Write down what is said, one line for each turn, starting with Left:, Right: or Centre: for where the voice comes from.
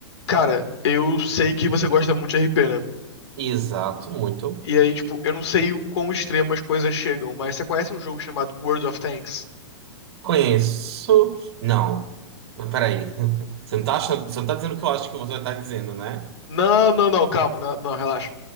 Left: Cara, eu sei que você gosta muito de RP, né?
Right: Exato, muito.
Left: E aí, tipo, eu não sei o quão extremo as coisas chegam, mas você conhece um jogo chamado World of Tanks?
Right: Conheço. Não. Mas peraí. <laughs> Você não tá achando- você não tá dizendo o que eu acho que você tá dizendo, né?
Left: Não, não, não, calma, não, não, relaxa.